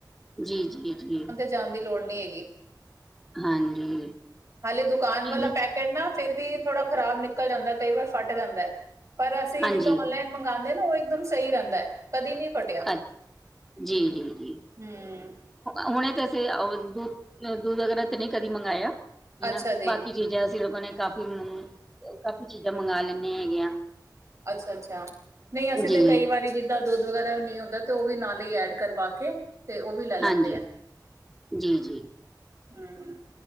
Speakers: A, in the centre; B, on the right.
A: ਜੀ ਜੀ ਜੀ
B: ਜਾਣ ਦੀ ਲੋੜ ਨਹੀਂ ਹੈਗੀ <inaudible>
A: ਹਾਂਜੀ ਨਹੀਂ
B: ਹਾਲੇ ਦੁਕਾਨ ਵਾਲਾ
A: ਨਹੀਂ
B: ਪੈਕੇਟ ਨਾ ਫੇਰ ਵੀ ਥੋੜਾ ਖ਼ਰਾਬ ਨਿਕਲ ਜਾਂਦਾ ਕਈ ਵਾਰ ਫੱਟ ਜਾਂਦਾ ਹੈ ਪਰ ਅਸੀਂ
A: ਹਾਂਜੀ
B: ਜਿੱਦੋਂ ਔਨਲਾਈਨ ਮੰ ਗਾਂਦੇ ਨਾ ਉਹ ਇੱਕਦਮ ਸਈ ਰੈਂਦਾ ਹੈ ਕਦੇ ਨਹੀਂ ਫਟਿਆ
A: ਅੱ ਜੀ ਜੀ ਜੀ
B: ਹਮ
A: ਹੁਣੇ ਤੇ ਅਸੀ ਦੁਧ ਦੁਧ ਵਗੈਰਾ ਤੇ ਨਹੀਂ ਕਦੀ ਮੰਗਾਇਆ ਹਨਾ
B: ਅੱਛਾ ਜੀ।
A: ਬਾਕੀ ਚੀਜ਼ਾਂ ਅਸੀਂ ਲੋਕਾਂ ਨੇ ਕਾਫ਼ੀ ਕਾਫ਼ੀ ਚੀਜ਼ਾਂ ਮੰਗਵਾ ਲੈਂਦੇ ਹੈਗੇਆਂ
B: ਅੱਛਾ ਅੱਛਾ ਨਹੀਂ ਅਸੀਂ
A: ਜੀ
B: ਤੇ ਕਈ ਵਾਰੀ ਜ ਦਾ ਦੁੱਧ ਵਗੈਰਾ ਵੀ ਨਹੀਂ ਹੁੰਦਾ ਤੇ ਉਹ ਵੀ ਨਾਲੇ ਈ ਐਡ ਕਰਵਾ ਕੇ ਤੇ ਉਹ ਵੀ ਲੈ ਲੈਂਦੇ
A: ਹਾਂਜੀ
B: ਆ
A: ਜੀ ਜੀ
B: ਹਮ